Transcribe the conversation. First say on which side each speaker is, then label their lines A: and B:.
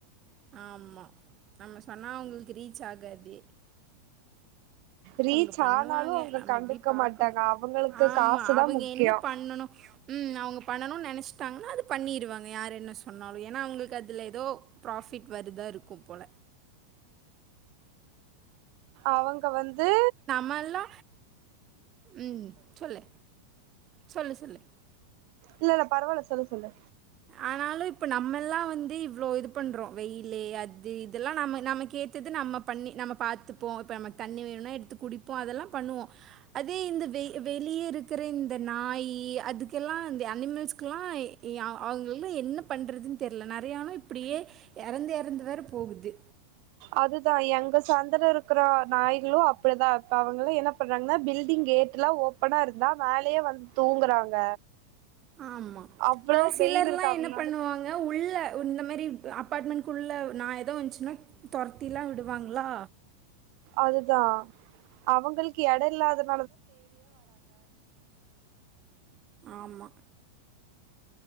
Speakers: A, on the right (about 30°); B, on the right (about 45°).
A: ஆமா நம்ம சொன்னா அவ்ங்களுக்கு ரீச் ஆகாது
B: ரீச்
A: அவங்க பண்ணுவாங்க
B: ஆனாலு அவ்ங்க
A: நம்ம
B: கண்டுக்க
A: எப்டி பாக்கணு
B: மாட்டாங்க அவுங்களுக்கு
A: ஆமா
B: காசு
A: அவங்க
B: தா முக்கிய
A: என்ன பண்ணணு ம் அவ்ங்க பண்ணணுன் நெனச்டாங்கனா அத பண்ணிருவாங்க யாரு என்ன சொன்னாலு ஏனா அவ்ங்களுக்கு அதுல எதோ ப்ராஃபிட் வருதா இருக்கு போல
B: அவங்க வந்து
A: நல்லா ம் சொல்லு சொல்லு சொல்லு
B: இல்லல்ல பரவால்ல சொல்லு சொல்லு
A: ஆனாலு இப்ப நம்மெல்லா வந்து இவ்ளோ இது பண்றோ வெயிலு அது இதெல்லா நம்ம நம்மக்கேத்தது நம்ம பா பண்ணி நம்ம பாத்துப்போ இப்ப நமக்கு தண்ணி வேணுனா எடுத்து குடிப்போ அதெல்லா பண்ணுவோ அதே இந்த வெ வெளிய இருக்கிற இந்த நாயி அதுக்கெல்லா இந்த அனிமல்ஸ்க்குலா யா அவ்ங்களலா என்ன பண்றதுன் தெர்ல நெறையானு இப்டியே எறந்து எறந்து வேற போகுது
B: அதுதா எங்க சந்துல இருக்குற நாய்களு அப்டிதா இப்ப அவங்களா என்ன பண்றாங்கனா பில்டிங் கேட்டுலா ஓப் பனா இருந்தா மேலயே வந்து தூங்குறாங்க
A: ஆமா
B: அவ்ளோ
A: ஆனா சிலர்ல்லா
B: வெயில் இருக்கு அவங்கனால
A: என்ன பண்ணுவாங்க உள்ள இந்தமாரி அப்பார்ட்மெண்ட்க்குள்ள நாய் எது வந்துச்சுனா தொரத்திலா விடுவாங்ளா
B: அதுதா அவங்களுக்கு எட இல்லாதப்
A: ஆமா